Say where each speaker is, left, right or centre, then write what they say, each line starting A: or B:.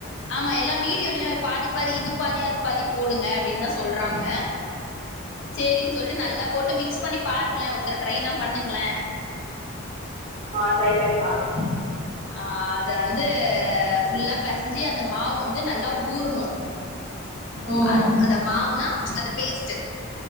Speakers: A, on the left (about 60°); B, on the right (about 30°).
A: ஆமா எல்லா வீடியோலையும் அ பாதி பாதி இது பாதி அது பாதி போடுங்க அப்படின்னு தா சொல் சொல்றாங்க சேரின்னு சொல்ட்டு நல்லா போட்டு மிக்ஸ் பண்ணி பாருங்கள ஒரு தட ட்ரை தான் பண்ணுங்களே
B: ஆ ட்ரை பண்ணி பாக்குற
A: ஆ அத வந்து ஃபுல்லா பெசஞ்சு அந்த மாவு வந்து நல்லா ஊறணும்
B: ம்
A: அ அத மாவுனா அந்த பேஸ்ட்டு